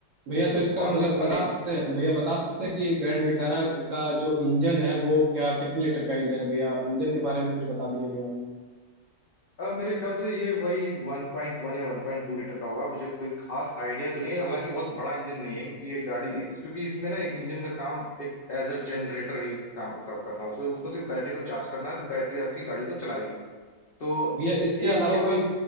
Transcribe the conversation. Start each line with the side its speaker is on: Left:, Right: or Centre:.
Right: भैया तो
Left: तो
Right: इसका
Left: और
Right: मतलब
Left: कोई क्वेरी
Right: बता सकते हैं भैया बता सकते हैं कि ग्रैंड विटारा का जो इंजन है वो क्या कितने लीटर का इंजन है भैया इंजन के बारे में कुछ बता दीजिए भैया
Left: अ, मेरे ख्याल से ये वही 1.1 या 1.2 लीटर का होगा मुझे कोई खास आइडिया तो नहीं है हालांकि बहुत बड़ा इंजन नहीं है क्योंकि ये गाड़ी इस- क्योंकि इसमें ना एक इंजन का काम एक एज अ जनरेटर ही काम काम करना है उसको उसको सिर्फ बैटरी को चार्ज करना है तो बैटरी आपकी गाड़ी को चलाएगी तो
Right: भैया इसके अलावा
Left: एक ये
Right: कोई
Left: बात